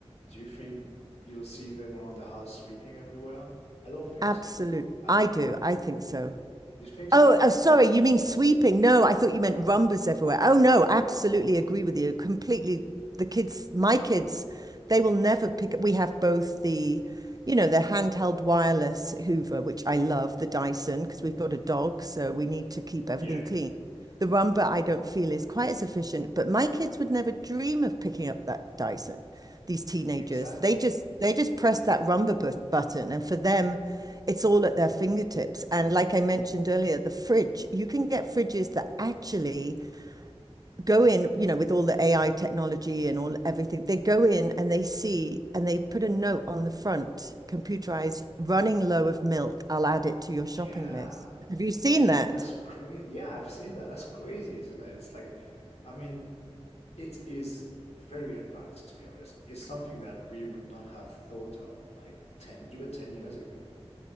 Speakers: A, on the left (about 85°); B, on the right (about 35°).
A: do you think you'll see them around the house sweeping everywhere? I don't think
B: Absolutely.
A: so. I
B: I
A: think
B: do. I think so.
A: you think so?
B: Oh, oh, sorry, you mean sweeping? No, I thought you meant rumbas everywhere. Oh, no, absolutely agree with you. Completely. The kids, my kids, they will never pick up. We have both the, you know, the handheld wireless Hoover, which I love, the Dyson, because we've got a dog, so we need to keep everything
A: Yeah,
B: clean. The rumba I don't feel is quite as efficient, but my kids would never dream of picking up that Dyson. These teenagers,
A: exactly.
B: they just they just press that rumba but button, and for them, it's all at their fingertips. And like I mentioned earlier, the fridge, you can get fridges that actually go in, you know, with all the AI technology and all everything. They go in and they see and they put a note on the front, computerized, running low of milk. I'll add it to your
A: Yeah,
B: shopping list. Have you seen
A: I know
B: that?
A: that's crazy. Yeah, I've seen that. That's crazy, isn't it? It's like, I mean, It is very advanced, to be honest. It's something that we would not have thought of like 10, even 10 years ago.